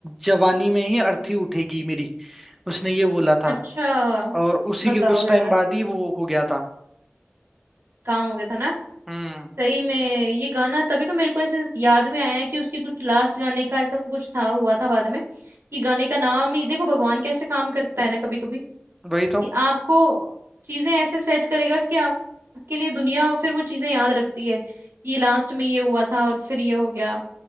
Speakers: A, in the centre; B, on the right.
A: जवानी में ही अर्थी उठेगी मेरी उसने ये बोला
B: अच्छा
A: था और उसी
B: बताओ
A: के कुछ टाइम
B: यार
A: बाद ही वो हो गया था
B: काम हो गया था ना
A: हम्म
B: सही में ये गाना तभी तो मेरे को ऐसे याद में आया कि उसके कुछ लास्ट गाने का ऐसा कुछ था हुआ था बाद में कि गाने का नाम ही देखो भगवान कैसे काम करता है ना कभी कभी
A: वही तो
B: कि आपको चीजें ऐसे सेट करेगा कि आप- आपके लिए दुनिया फिर वो चीजें याद रखती है कि लास्ट में ये हुआ था और फिर ये हो गया